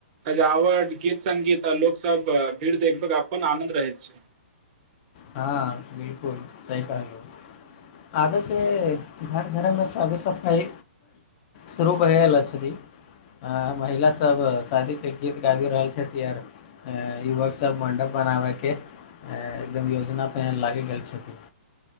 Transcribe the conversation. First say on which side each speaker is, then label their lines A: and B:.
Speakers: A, on the right; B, on the left.
A: सजावट गीत संगीत आ लोक सभक भीड़ देखबेक अपन आनंद रहैत छै
B: हँ बिलकुल सही कहलियै आबेसँ घर घरमे साफ सफाइ सुरू पहिला छथि <unintelligible> आ महिला सब शादी के गीत गाबी रहल छथि आर युवक सभ मण्डप बनाबयके एकदम योजना पहिन लागि गेल छथिन